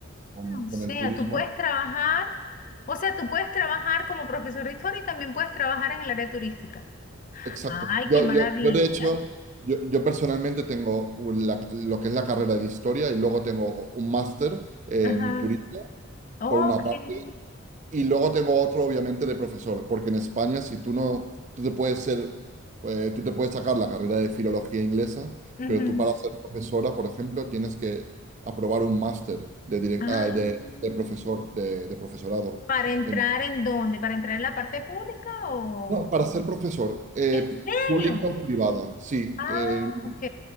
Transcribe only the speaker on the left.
o
sea,
tú puedes trabajar, o sea, tú puedes trabajar como profesor de historia y también puedes trabajar en el área turística.
Ay,
qué maravilla.
Ajá.
Ok.
Ujú.
Ah,
¿para entrar
en dónde? ¿Para entrar en la parte pública o...?
¿En serio?
Ah,
ok.